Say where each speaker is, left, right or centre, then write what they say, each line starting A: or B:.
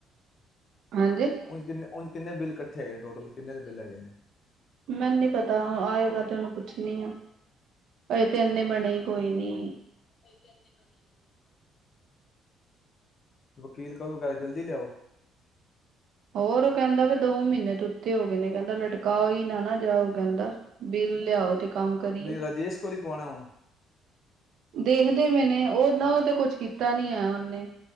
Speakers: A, on the right; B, on the left.
A: ਹਾਂਜੀ
B: ਕਿੰਨੇ ਉ ਕਿੰਨੇ ਬਿਲ ਇਕੱਠੇ ਹੈਗੇ ਨੇ ਟੋਟਲ ਕਿੰਨੇ ਦੇ ਬਿੱਲ ਹੈਗੇ ਨੇ
A: ਮੈਨੂੰ ਨੀ ਪਤਾ ਆਏਗਾ ਤੇ ਉਹਨੂੰ ਪੁੱਛਣੀ ਆ ਅ ਤੇ ਇਨੇ ਬਣੇ ਕੋਈ ਨੀ
B: ਤੇ ਇਨੇ ਬਣੀ ਹੋਈ ਵਕੀਲ ਕੋ ਗੱਲ ਜਲਦੀ ਲਿਆਓ
A: ਹੋਰ ਉਹ ਕਹਿੰਦਾ ਵੀ ਦੋ ਮਹੀਨੇ ਤ ਹੋ ਗਏ ਨੇ ਕਹਿੰਦਾ ਲਟਕਾਓ ਹੀ ਨਾ ਨਾ ਜਾਓ ਕਹਿੰਦਾ ਬਿੱਲ ਲਿਆਓ ਤੇ ਕੰਮ ਕਰੀਏ
B: ਨਹੀਂ ਰਾਜੇਸ਼ ਕੋਲ ਹੀ ਪਵਾਉਣਾ ਹੁਣ
A: ਦੇਹ ਮਨ ਨੇ ਉਹ ਨਾ ਉਹ ਤੇ ਕੁਛ ਕੀਤਾ ਨੀ ਆ ਉਹਨੇ